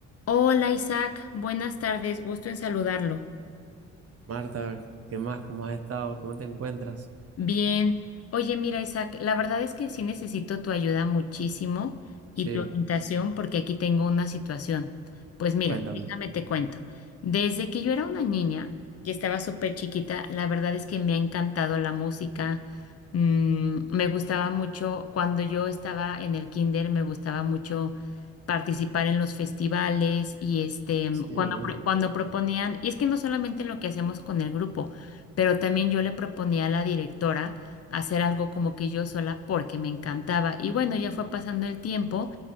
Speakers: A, on the left; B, on the right.
A: Hola Isaac, buenas tardes, gusto en saludarlo.
B: Marta, ¿qué más? ¿Cómo has estado? ¿Cómo te encuentras?
A: Bien. Oye, mira, Isaac, la verdad es que sí necesito tu ayuda muchísimo y
B: Sí,
A: tu orientación porque aquí tengo una situación. Pues mira,
B: cuéntame.
A: déjame te cuento. Desde que yo era una niña, que estaba súper chiquita, la verdad es que me ha encantado la música. Mm, me gustaba mucho, cuando yo estaba en el kinder, me gustaba mucho participar en los festivales y este,
B: Sí,
A: cuando,
B: lo-
A: pro- cuando proponían, y es que no solamente en lo que hacíamos con el grupo pero también yo le proponía a la directora hacer algo como que yo sola porque me encantaba. Y bueno, ya fue pasando el tiempo